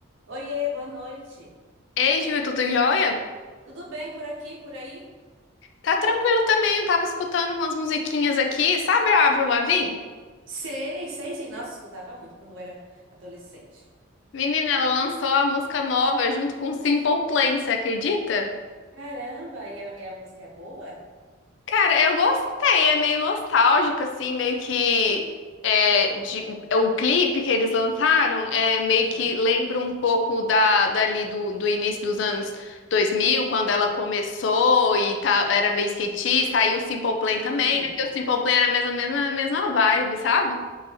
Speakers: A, on the right (about 70°); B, on the left (about 60°).
A: Oiê, boa noite.
B: Ei, Ju, tudo jóia?
A: Tudo bem por aqui, por aí?
B: Tá tranquilo também, eu tava escutando umas musiquinhas aqui. Sabe a Avril Lavigne?
A: Sei, sei sim. Nossa, escutava muito quando eu era adolescente.
B: Menina, ela lançou a música nova junto com Simple Plan, você acredita?
A: Caramba, e a, e a música é boa?
B: Cara, eu gostei, é meio nostálgica, assim, meio que... É, de, é um clipe que eles lançaram, é, meio
A: Sim.
B: que lembra um pouco da, dali do, do início dos anos 2000, quando ela começou e tá, era meio skatista, aí o Simple Plan
A: Hum.
B: também, né? Porque o Simple Plan era a mesma, mesma, mesma vibe, sabe?